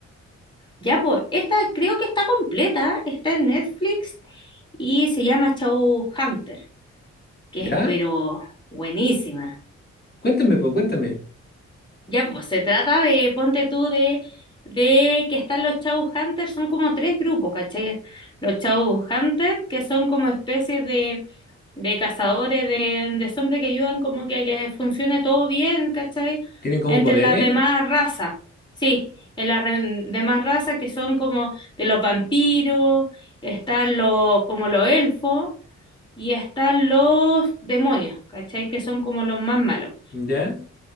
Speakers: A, on the left (about 15°); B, on the left (about 35°).
A: Ya, pues, esta creo que está completa, está en Netflix y se llama Hunter, que
B: ¿Ya?
A: es pero buenísima.
B: Cuéntame, pues, cuéntame.
A: Ya, pues se trata de, ponte tú, de, de que están los Hunters, son como tres grupos, ¿cachai? Los Hunters, que son como especies de, de cazadores de, de zombies que ayudan como que, que funcione todo bien, ¿cachai?
B: ¿Tienen como
A: Entre
B: poderes?
A: las demás razas, sí, en las re- demás razas que son como de los vampiros, están los, como los elfos, y están los demonios, ¿cachai? Que son como los más malos.
B: ¿Ya?